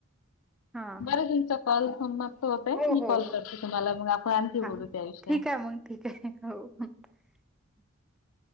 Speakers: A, in the centre; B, on the left.
A: हां, हां.
B: बरं तुमचां कॉल समाप्त होत आहे
A: हो
B: मी
A: हो
B: कॉल
A: हो
B: करते तुम्हाला मग आपण आणखी बोलू
A: हा
B: त्या विषयावर
A: ठीक आहे मग ठीक आहे हो. ह <inaudible> <inaudible>